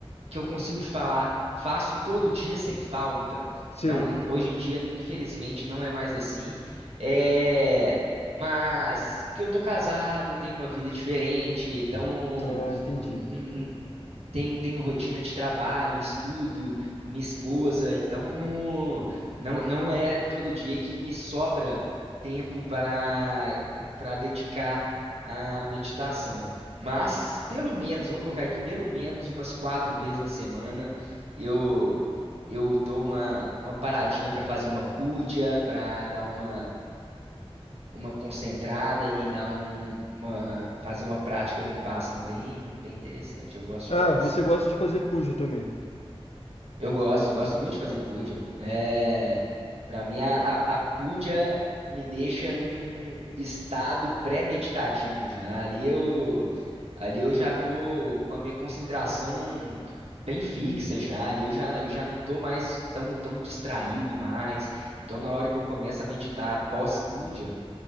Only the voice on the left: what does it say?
Sei.
Ah, entendi.
Ah, você gosta de fazer puja também.